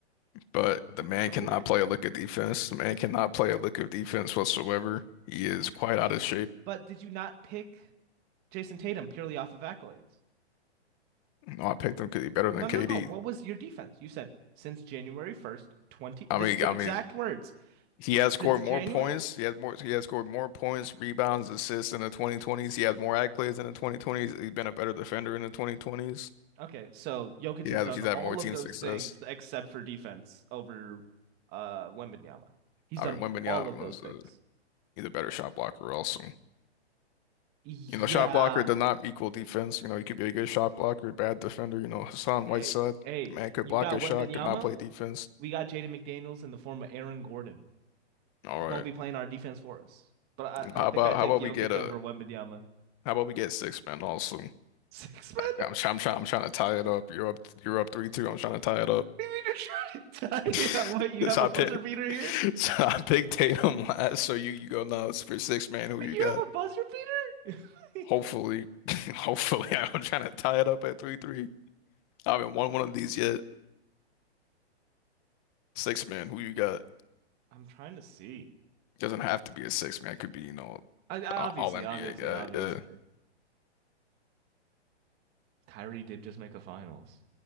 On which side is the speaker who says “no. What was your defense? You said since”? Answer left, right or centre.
Right